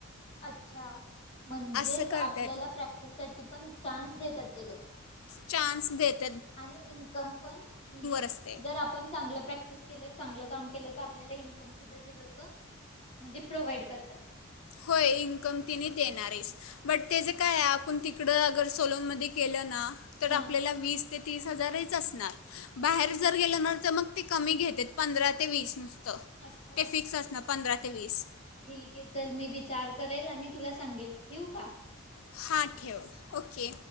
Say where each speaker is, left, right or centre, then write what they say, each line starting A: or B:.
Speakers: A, on the left; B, on the left.
A: अच्छा. म्हणजेच
B: असं करतात
A: आपल्याला प्रॅक्टिस साठी पण चान्स देतात ते लोक.
B: चान्स देत.
A: आणि इकम पण म्हणजे
B: असते
A: जर आपण चांगलं प्रॅक्टिस केलं च काम तर आपल्या इन्कम सुधा ते लोक म्हणजे प्रोवइड करतात.
B: होय इन्कम तिने देणार आहेस बट त्याचं काय आहे आपण तिकडं अगर सोलोनमध्ये गेलं ना तर
A: हा
B: आपल्याला वीस ते तीस हजारहीच असणार बाहेर जर गेलं ना तर मग ते कमी घेतेत पंधरा ते वीस नुस
A: अच्छा
B: टेफिक्स असणार पंधरा ते वीस.
A: ठीक आहे चल मी विचार करेल आणि तुला सांगेल ठेवू का?
B: हा ठेव. ओके.